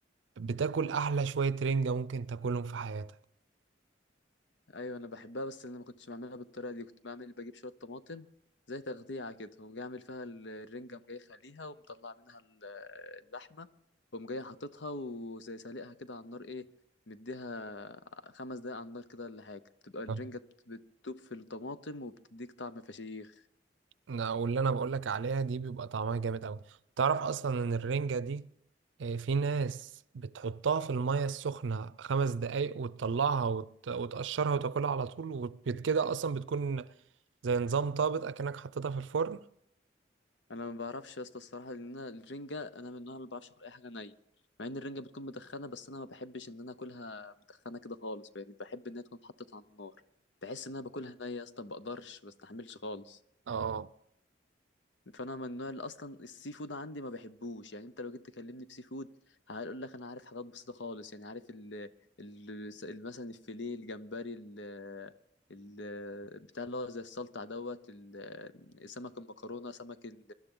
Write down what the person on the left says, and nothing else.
ايوه انا بحبها بس انا ما كنتش بعملها بالطريقه دي كنت بعمل بجيب شويه طماطم زي تغذيه كده وقوم جاي اعمل فيها ال- الرنجه قوم جاي خليها ومطلع منها ال- اللحمه وقوم جاي حاططها وزي سالقها كده على النار ايه مديها خمس دقايق على النار كده ولا حاجه بتبقى الرنجه
بت- بتدوب في الطماطم وبتديك طعم فشيخ
انا ما بعرفش يا اسطى الصراحه لان انا الرنجه انا من النوع اللي ما بعرفش اكل اي حاجه نيه مع ان الرنجه بتكون مدخنه بس انا ما بحبش ان انا اكلها مدخنه كده خالص يعني بحب انها تكون اتحطت على النار بحس ان انا باكلها نيه يا اسطى ما بقدرش ما بستحملش خالص
فانا من النوع اللي اصلا السي فود عندي ما بحبوش يعني انت لو جيت تكلمني في سي فود هقول لك انا عارف حاجات بسيطه خالص يعني عارف ال ال ال- مثلا الفيليه الجمبري ال ال بتاع اللي هو زي السلطع دوت ال- سمك المكرونه سمك ال